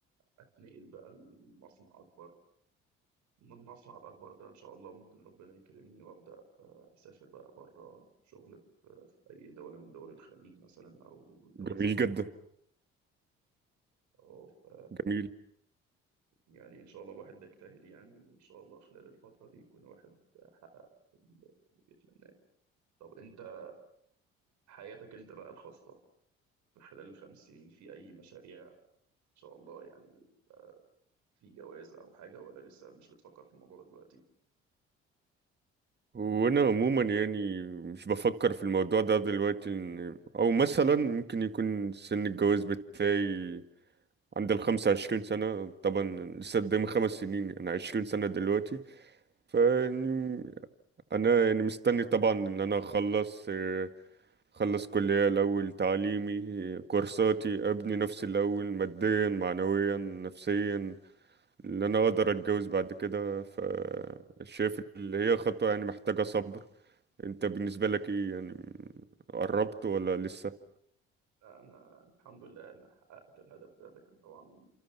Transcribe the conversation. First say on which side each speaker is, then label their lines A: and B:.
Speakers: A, on the right (about 70°); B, on the right (about 35°).
A: أتنقل بقى لمصنع أكبر من المصنع الأكبر ده إن شاء الله ممكن ربنا يكرمني وأبدأ آه، أسافر بقى بره شغل في في أي دولة من دول الخليج مثلا أو دول
B: جميل
A: في أوروبا
B: جدا
A: أو في
B: جميل
A: يعني إن شاء الله الواحد بيجتهد يعني وإن شاء الله خلال الفترة دي يكون الواحد حقق اللي بيتمناه طب أنت حياتك أنت بقى الخاصة في خلال الخمس سنين في أي مشاريع إن شاء الله يعني في جواز أو حاجة ولا لسه مش بتفكر في الموضوع ده دلوقتي؟
B: وانا عموما يعني مش بفكر في الموضوع ده دلوقتي إن- او مثلا ممكن يكون سن الجواز بتاعي عند ال 25 سنة طبعا لسه قدامي خمس سنين أنا 20 سنة دلوقتي فيعني
A: أوكي
B: أنا يعني مستني طبعا إن أنا أخلص آه، أخلص كلية الأول تعليمي آه، كورساتي أبني نفسي الأول ماديا معنويا نفسيا إن أنا أقدر أتجوز بعد كده فشايف اللي هي خطوة يعني محتاجة صبر أنت بالنسبة لك إيه يعني قربت ولا لسه؟
A: أنا الحمد لله أنا حققت الهدف ده ده كان طبعا من